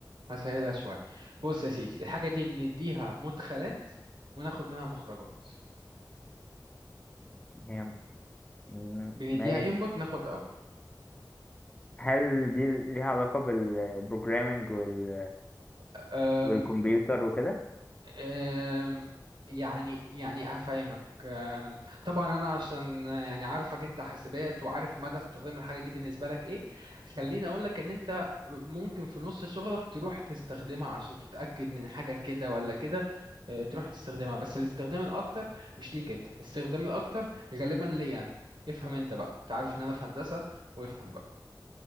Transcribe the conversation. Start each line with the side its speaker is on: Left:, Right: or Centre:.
Right: هسهلها شوية بص يا سيدي الحاجة دي بنديها مدخلات وناخد منها مخرجات
Left: هي- م-
Right: بنديها
Left: ماشي
Right: انبوت ناخد
Left: هل دي ليها علاقة بالبروجرامينج وال...
Right: اوت
Left: والكمبيوتر وكده؟
Right: أم، يعني يعني هفهمك أم، طبعا انا عشان آه، يعني عارفك انت حاسبات وعارف مدى استخدام الحاجه دي بالنسبه لك ايه خليني اقول لك ان انت ممكن في نص شغلك تروح تستخدمها عشان تتاكد من حاجه كده ولا كده آه، تروح تستخدمها بس الاستخدام الاكتر مش ليك انت الاستخدام الاكتر غالبا ليا انا افهم انت بقى انت عارف ان انا في هندسه وافهم بقى